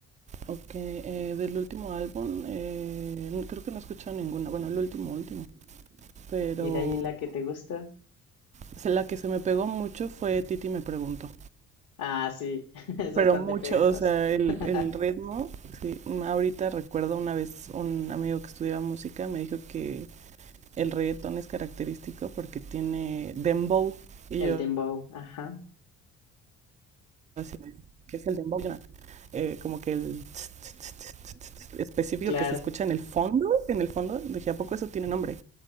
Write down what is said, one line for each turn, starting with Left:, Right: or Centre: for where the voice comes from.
Right: Ok, eh, del último álbum, eh, n- creo que no he escuchado ninguna, bueno, el último, último, pero
Left: ¿Y de ahí la que te gusta?
Right: o sea, la que se me pegó mucho fue Titi me preguntó,
Left: Ah, sí, <laughs> es
Right: pero
Left: bastante
Right: mucho,
Left: pegajoso
Right: o sea, el,
Left: <laughs>
Right: el ritmo, sí, ahorita recuerdo una vez un amigo que estudiaba música me dijo que el reggaetón es característico porque tiene dembow, y
Left: El
Right: yo
Left: dembow, ajá,
Right: así, ¿qué es el dembow? eh, como que el tss, tss, tss, tss, tss, específico
Left: claro.
Right: que se escucha en el fondo, en el fondo, dije, ¿a poco eso tiene nombre?